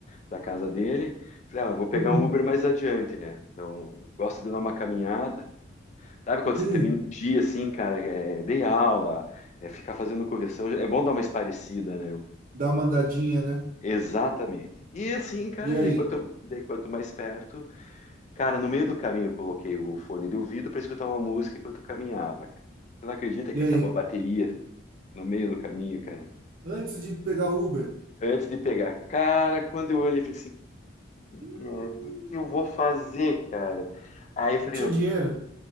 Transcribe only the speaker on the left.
da casa dele, falei, ah, eu vou pegar
um Uber mais adiante, né? Então, gosto de dar uma caminhada. Sabe quando
você termina o dia, assim, cara, é, dei aula, é, ficar fazendo correção, é bom dar uma esparecida, né?
Exatamente. E assim, cara,
ele
quanto, daí quanto mais perto, Cara, no meio do caminho eu coloquei o fone de ouvido para escutar uma música enquanto caminhava, cara. Você não acredita
que acabou
a bateria no meio do caminho, cara?
Antes de pegar, cara, quando eu olhei, eu falei assim,
o que que eu vou fazer, cara? Aí eu falei,
não,